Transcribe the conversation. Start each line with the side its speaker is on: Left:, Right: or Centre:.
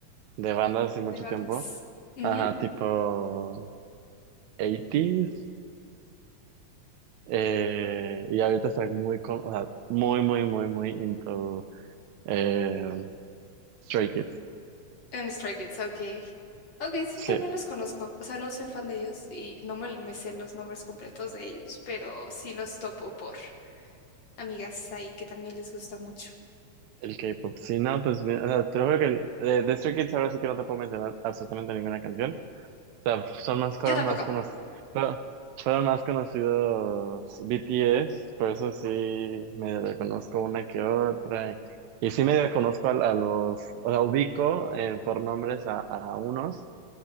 Right: de banda hace mucho
Left: de bandas.
Right: tiempo.
Left: Ujú.
Right: Ajá, tipo 80 eh, y ahorita está muy, con- o sea, muy, muy, muy, muy into eh, Stray Kids.
Left: En Stray Kids, ok. Ok, sí,
Right: Sí,
Left: también los conozco. O sea, no soy fan de ellos y no me, me sé los nombres completos de ellos, pero sí los topo por amigas ahí que también les gusta mucho.
Right: el K-pop. Sí, no, pues, mi- o sea, te lo juro que de, de Stray Kids ahora sí que no te puedo mencionar absolutamente ninguna canción. O sea, son más, fueron
Left: Yo tampoco.
Right: más conocidos, fueron, fueron más conocidos BTS, por eso sí medio le conozco una que otra. Y, y sí medio conozco a, a los, o sea, ubico eh, por nombres a, a unos,